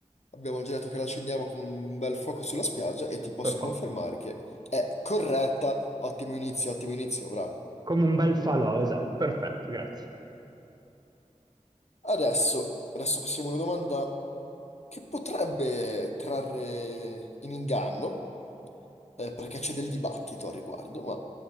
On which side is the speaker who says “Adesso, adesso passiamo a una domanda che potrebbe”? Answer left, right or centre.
Left